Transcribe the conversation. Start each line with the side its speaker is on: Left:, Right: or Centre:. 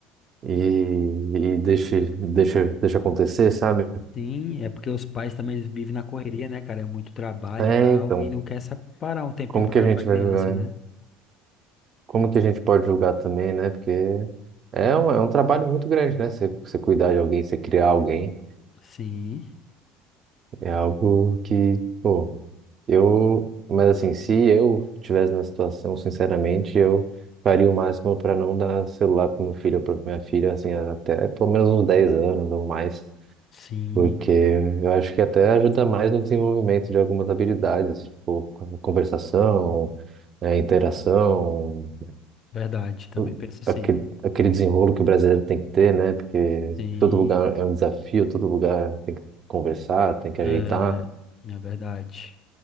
Right: e, e deixe, deixa, deixa acontecer, sabe?
Left: Sim, é porque os pais também eles vivem na correria, né, cara? É muito trabalho
Right: É,
Left: e tal,
Right: então,
Left: e não quer separar um tempinho
Right: como
Left: pra,
Right: que a gente
Left: pra criança,
Right: vai julgar,
Left: né?
Right: hein? Como que a gente pode julgar também, né? Porque é um, é um trabalho muito grande, né? Você, você cuidar de alguém, você criar alguém.
Left: Sim,
Right: E é algo que, pô, eu. Mas assim, se eu estivesse na situação, sinceramente, eu faria o máximo para não dar celular para meu filho ou para minha filha, assim, até pelo menos uns 10 anos ou mais.
Left: sim,
Right: Porque eu acho que até ajuda mais no desenvolvimento de algumas habilidades, tipo con- conversação, eh, interação,
Left: verdade. Também
Right: o-
Left: penso assim.
Right: aquele, aquele desenrolo que o brasileiro tem que ter, né? Porque
Left: Sim,
Right: todo lugar é um desafio, todo lugar tem que conversar, tem que ajeitar.
Left: é, é verdade.